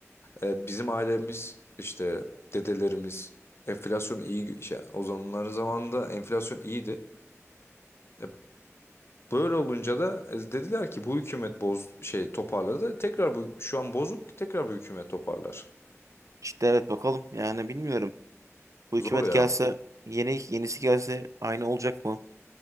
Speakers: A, on the left (about 50°); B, on the right (about 75°).
A: E, bizim ailemiz işte dedelerimiz enflasyon iyi şey, o zamanların zamanında enflasyon iyiydi. E, Böyle olunca da e, dediler ki bu hükümet boz şey toparladı. Tekrar bu şu an bozuk tekrar bu hükümet toparlar.
B: İşte evet bakalım. Yani bilmiyorum. Bu hükümet
A: Zor ya.
B: gelse yeni yenisi gelse aynı olacak mı?